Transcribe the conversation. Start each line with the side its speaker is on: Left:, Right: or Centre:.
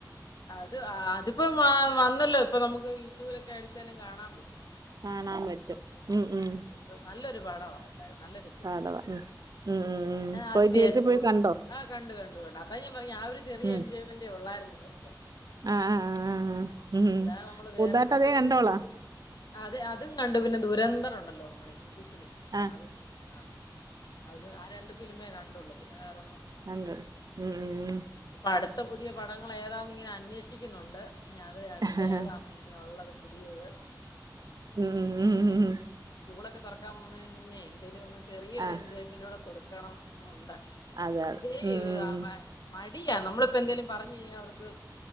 Left: ത് ആഹ് അത്പ്പോ വാ വന്നല്ലോ ഇപ്പൊ നമുക്ക് യൂറ്റൂബിലൊക്കെ അടിച്ചാലും കാണാപറ്റും
Right: കാണാമ്പറ്റും ഉം ഉം
Left: ത് നല്ലൊരു പാടവാ എന്തായാലും നല്ലൊര്
Right: പടവാ ഉം ഉം ഉം പോയി
Left: ആദ്യം
Right: തിയേറ്റ്റി
Left: വിചാരിച്ചു
Right: പോയി
Left: പോ
Right: കണ്ടോ
Left: ആഹ് കണ്ട് കണ്ടു കണ്ടു അതാ ഞാപറഞ്ഞേ ആഹ് ഒരു ചെറിയ
Right: ഉം
Left: എൻജോയ്മെൻ്റെ ഉള്ളാര്ന്നു ഇവർക്ക്
Right: ആഹ് ആഹ് ഉം
Left: അല്ലാതെ നമ്മള്
Right: പുതാട്ടതേ
Left: വേറെ ദൂരെ
Right: കണ്ടെള്ളാ
Left: ദൂരെ അതെ അതും കണ്ടു പിന്നെ ദുരന്തറുണ്ടല്ലോ നമ്മുടെ ഹിന്ദി ഫിലിം
Right: ആഹ്
Left: അത് ആ അത് ആഹ് രണ്ട് ഫിലിമേ കണ്ടൊള്ളൂ പിന്നെ വേറൊന്നും
Right: കണ്ടു ഉം ഉം ഉം
Left: പ്പടുത്ത പുതിയ പടങ്ങൾ ഏതാന്ന്ങ്ങ്യനെ അന്വേഷിക്ക്യുന്നുണ്ട് ഞ്യാത് അടുത്ത
Right: ഉം
Left: ഏതാ ഞ്യുള്ളത് പുത്യേത്
Right: ഉം ഉം
Left: സ്കൂളൊക്കെ തൊറക്കാം പോവുന്നതിന് മുന്നേ എന്തേലൊന്ന് ചെറിയൊരു
Right: ആഹ്
Left: എൻ ജോയ്മെൻ്റൂടെ കൊട്ക്കണം ന്നുണ്ട്
Right: അതെ അതെ
Left: അത് ഈ
Right: ഉം
Left: വ
Right: ഉം
Left: മ മടിയ നമ്മ പ്പെന്തേലും പറഞ്ഞഴിഞ്ഞാവർക്ക്